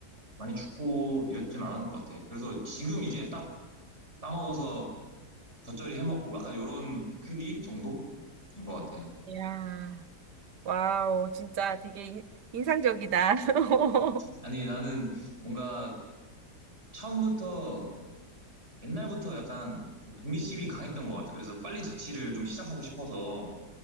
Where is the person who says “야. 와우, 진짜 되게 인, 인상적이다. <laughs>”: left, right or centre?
Right